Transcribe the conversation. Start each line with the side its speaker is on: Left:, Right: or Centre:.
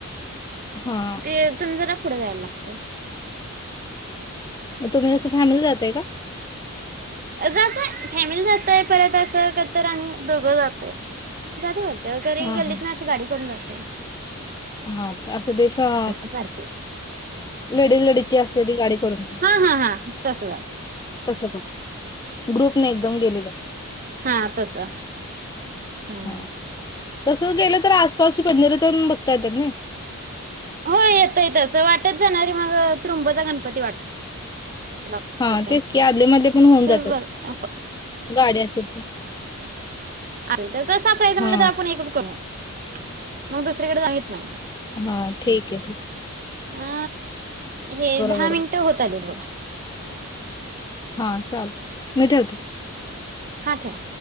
Left: हा
Right: ते तेथून जरा पुढे जायला लागतेय
Left: मग तुम्ही जसं फायनल जातय का?
Right: जातोय फॅमिली जातय, परत असं कधी तर आम्ही दोघं जातय. जाते बर तरी गल्ली
Left: हा
Right: गल्लीतना
Left: हा
Right: अशी गाडी करून जात <inaudible>
Left: हा असं <unintelligible>
Right: सारखी.
Left: लेडीज लेडीजची असते ती गाडी. <unintelligible>
Right: हा हा हा तसं जात
Left: तस पण, ग्रुपने एकदम गेलेल.
Right: हां तस, हम्म.
Left: हा तसं गेलं तर आसपासची मंदिरतेन बघ बघता येतात नई.
Right: हो येतं येत असं वाटत जाणारी मग त्रंबोजा गणपती वाट लागतोय.
Left: हा तेच की आदलेमधले पण होऊन
Right: तुम्ही
Left: जातात,
Right: बघ
Left: गाडी असेल तर.
Right: आरे तसा पाहिजे
Left: हा
Right: म्हटलं तर आपण एकच करूया की? मग दुसरीकडे <unintelligible> नाही.
Left: हा ठीकय ठीकय.
Right: आ. हे दहा
Left: बरोबर
Right: मिनिटं होत आलीत बघा.
Left: हा चालतंय, मी ठेवते.
Right: हा ठेवा.